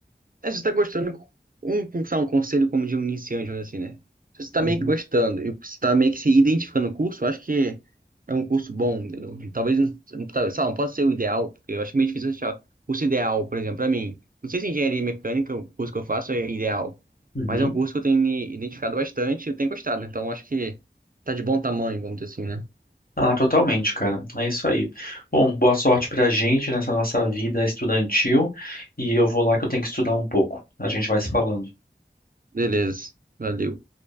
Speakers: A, on the right; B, on the left.
A: É, se você tá gostando. Um, um, sei lá, um conselho como de um iniciante, vamos dizer assim, né? Se você tá
B: Uhum.
A: meio que gostando e você tá meio que se identificando no curso, eu acho que é um curso bom. entendeu? Talvez. não- Talvez, sei lá, não pode ser o ideal, porque eu acho meio difícil achar o curso ideal, por exemplo, pra mim. Não sei se engenharia mecânica, o curso que eu faço, é ideal.
B: Uhum.
A: Mas é um curso que eu tenho me identificado bastante e eu tenho gostado. Então acho que tá de bom tamanho, vamos dizer assim, né?
B: Ah, totalmente, cara. É isso aí. Bom, boa sorte pra gente nessa nossa vida estudantil e eu vou lá que eu tenho que estudar um pouco. A gente vai se falando.
A: Beleza. Valeu.